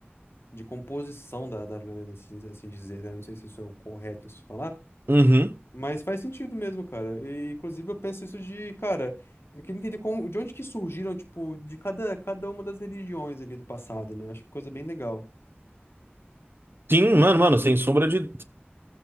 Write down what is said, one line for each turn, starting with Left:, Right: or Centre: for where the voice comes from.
Left: de composição da, da lenda, assim, assim dizer, né? Não sei se isso é o correto se falar,
Right: Uhum.
Left: mas faz sentido mesmo, cara. E, inclusive, eu penso isso de, cara, eu queria entender como, de onde que surgiram, tipo, de cada, cada uma das religiões ali do passado, né? Acho que coisa bem legal.
Right: Sim, mano, mano, sem sombra de